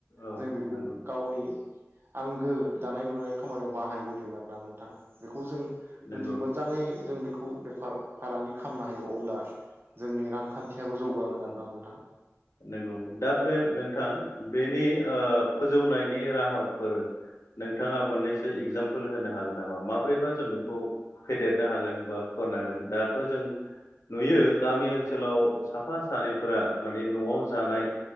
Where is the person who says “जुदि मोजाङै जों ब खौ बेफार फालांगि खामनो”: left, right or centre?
Right